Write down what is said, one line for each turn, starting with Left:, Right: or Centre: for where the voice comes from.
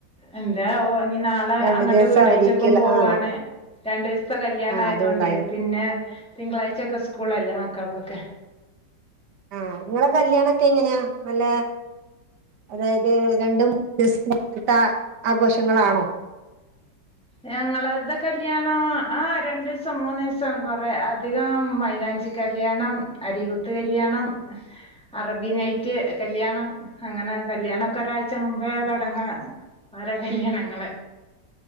Centre: എന്തേ അവോ ഞ്ഞി നാളെ
Right: രണ്ടു
Centre: അങ്ങട്ട്
Right: ദിവസം
Centre: വീടാഴ്ച്ചക്കും
Right: അവധിക്കുള്ള
Centre: പോവാണ്
Right: ആ
Centre: രണ്ടീസ്ത്തെ കല്യാണായ്തോണ്ടേയ്
Right: ആ അതുകൊണ്ടായിരിക്കും
Centre: പിന്നെ തിങ്കളാഴ്ചൊക്കെ സ്കൂളല്ലേ മക്കൾക്കൊക്കെ
Right: ആഹ് നിങ്ങളെ കല്യാണൊക്കെ എങ്ങനെയാ നല്ല അതായത് രണ്ട് മൂന്ന് ദിവസത്ത ആഘോഷങ്ങളാണോ
Centre: ഞങ്ങളേത് കല്യാണം ആ രണ്ടീസം മൂന്നീസം കൊറെ അധികം മൈലാഞ്ചി കല്യാണം അരികുത്ത് കല്യാണം അറബി നൈറ്റ് കല്യാണം അങ്ങനെ കല്യാണക്കെ ഒരാഴ്ച മുമ്പേ തുടങ്ങാ ഓരോ കല്യാണങ്ങള്